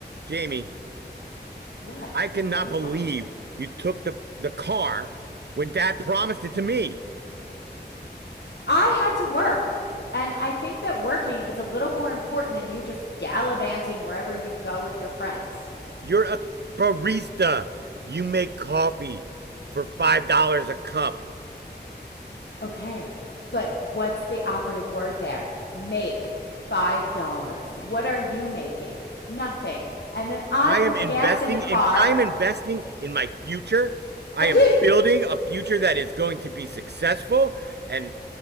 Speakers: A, on the right; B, on the left.
A: Jamie,
B: What?
A: I cannot
B: Why are you
A: believe
B: talking to me?
A: you took the the car when Dad promised it to me.
B: I had to work. And I think that working is a little more important than you just gallivanting wherever you go with your friends.
A: You're a barista. You make coffee for five dollars a cup.
B: Okay, but what's the operative word there? Make $5. What are you making? Nothing. And then I
A: I
B: put
A: am investing
B: the gas in the car.
A: in I am investing in my future. I
B: <laughs> Are
A: am
B: you-
A: building a future that is going to be successful and